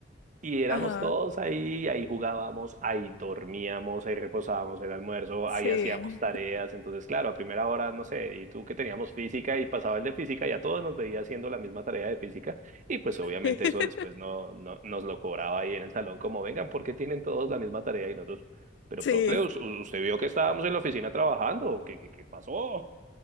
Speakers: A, on the right (about 40°); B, on the left (about 65°).
A: y éramos
B: Ajá.
A: todos ahí, ahí jugábamos, ahí dormíamos, ahí reposábamos el almuerzo,
B: Sí.
A: ahí hacíamos tareas. Entonces, claro, a primera hora, no sé, y tú que teníamos física y pasaba el de física y a todos nos veía haciendo la misma tarea de física. Y pues obviamente
B: <laughs>
A: eso después no, no nos lo cobraba ahí en el salón, como vengan, ¿por qué tienen todos la misma tarea y nosotros? Pero,
B: Sí.
A: profe, us- u- usted vio que estábamos en la oficina trabajando, ¿qué, qué, qué pasó?